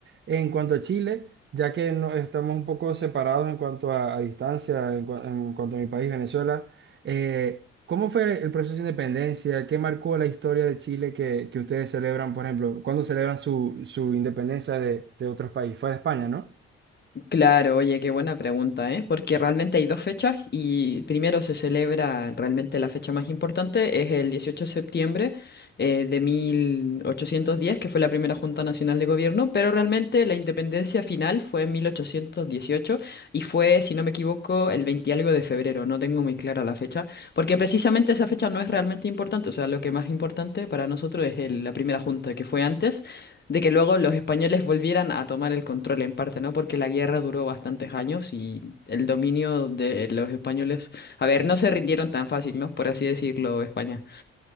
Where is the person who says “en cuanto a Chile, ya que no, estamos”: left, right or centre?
Right